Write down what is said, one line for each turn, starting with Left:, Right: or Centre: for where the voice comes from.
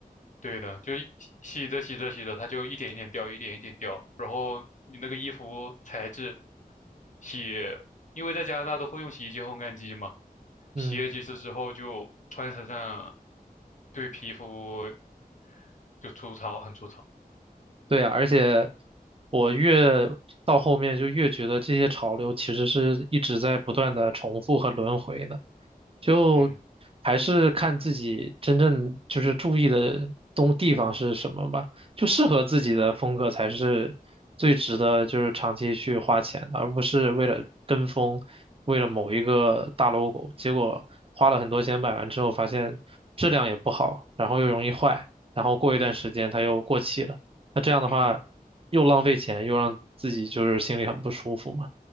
Left: 对的，就一洗着洗着洗着，它就一点一点掉，一点一点掉。然后你那个衣服材质，洗，因为在加拿大都会用洗衣机、烘干机嘛，
Right: 嗯。
Left: 洗了几次之后就穿身上，对皮肤就粗糙，很粗糙。
Right: 对啊，而且我越到后面就越觉得这些潮流其实是一直在不断的重复和轮回的。就
Left: 嗯
Right: 还是看自己真正就是注意的东地方是什么吧，就适合自己的风格才是最值得就是长期去花钱的，而不是为了跟风，为了某一个大 logo，结果花了很多钱买完之后发现质量也不好，然后又容易坏，然后过一段时间它又过气了，那这样的话又浪费钱，
Left: 嗯。
Right: 又让自己就是心里很不舒服嘛。